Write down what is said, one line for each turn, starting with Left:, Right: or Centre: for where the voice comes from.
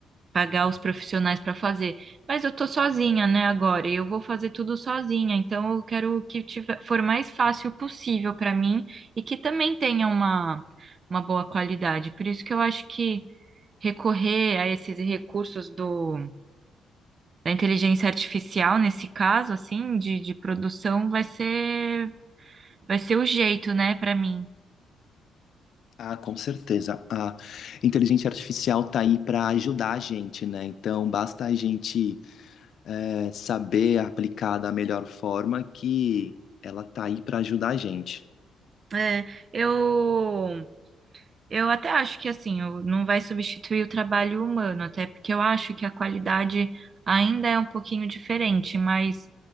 Right: pagar os profissionais para fazer. Mas eu tô sozinha, né, agora, e eu vou fazer tudo sozinha, então eu quero que tiver, for mais fácil possível para mim e que também tenha uma, uma boa qualidade. Por isso que eu acho que recorrer a esses recursos do da inteligência artificial nesse caso, assim, de, de produção, vai ser, vai ser o jeito, né, para mim.
Left: Ah, com certeza. A inteligência artificial tá aí para ajudar a gente, né? Então basta a gente eh, saber aplicar da melhor forma que ela tá aí para ajudar a gente.
Right: É, eu, eu até acho que, assim, eu- não vai substituir o trabalho humano, até porque eu acho que a qualidade ainda é um pouquinho diferente, mas